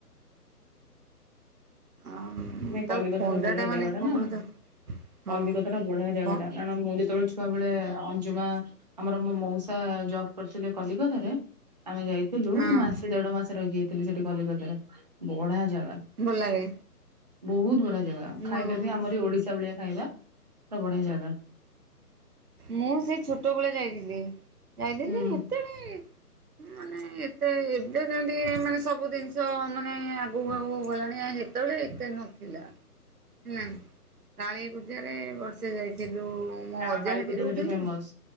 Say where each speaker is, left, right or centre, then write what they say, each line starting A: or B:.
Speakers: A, on the right; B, on the right.
A: ଆଉ
B: ନାଇଁ
A: ତାକୁ
B: କଲିକତା
A: ଥଣ୍ଡାଟା
B: ଟା ବଢିଆ
A: ମାନେ
B: ଜାଗା
A: <unintelligible>
B: ଟା ନା କଲିକତା
A: ହଁ।
B: ଟା ବଢିଆ ଜାଗାଟା
A: ହଁ
B: କାରଣ ମୁଁ ଯେତେବେଳେ ଛୁଆବେଳେ ଅଞ୍ଜୁମା ଆମର ମୋ ମଉସା ଜବ୍ କରିଥିଲେ କଲିକତାରେ। ଆମେ ଯାଇ ଥିଲୁ
A: ହଁ
B: ମାସେ ଦେଢମାସେ ରଇକି ଆଇଥିଲି ସେଠି କଲିକତାର ବଢିଆ ଜାଗା।
A: ଭଲ ଲାଗେ।
B: ବୋହୁତ ବଢିଆ ଜାଗା।
A: ମୁଁ
B: ଖାଇବା ବି ଆମର ଏ ଓଡିଶା ଭଳିଆ ଖାଇବା ପୁରା ବଢିଆ ଜାଗା।
A: ମୁଁ ସେ ଛୋଟବେଳେ ଯାଇଥିଲି ଯାଇଥିଲି।
B: ହୁଁ
A: ଏତେ କାଇଁ ମାନେ ଏତେ ଏବେ କାଇଁ ଟିକେ ମାନେ ସବୁ ଦିନିଷ ମାନେ ଆଗୁକୁ ଆଗୁକୁ ଗଲାଣି ହାରି। ସେତେବେଳେ ଏତେ ନଥିଲା। ହୁଁ କାଳୀପୂଜାରେ ବର୍ଷେ ଯାଇଥିଲୁ। ମୁଁ
B: ତାଙ୍କର
A: ଅଜା
B: କାଳୀ
A: ହେଟି
B: ପୂଜା
A: ରହୁଥିଲେ
B: ସେଠି ଫେମସ୍
A: ନା